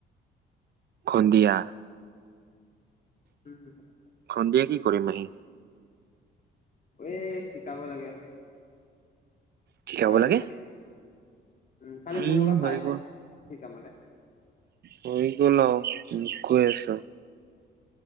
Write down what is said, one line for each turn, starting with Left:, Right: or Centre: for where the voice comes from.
Right: সন্ধিয়া?
Left: উম
Right: সন্ধিয়া কি কৰিম আহি?
Left: এ শিকাব লাগে।
Right: কি খাব
Left: শাৰীৰিক
Right: লাগে?
Left: উম খালি মোৰ
Right: ই
Left: লগত চাই
Right: হৈ
Left: <unintelligible>
Right: গ'ল
Left: সিকাম মানে
Right: হৈ গল আৰু মোক কৈ আছ।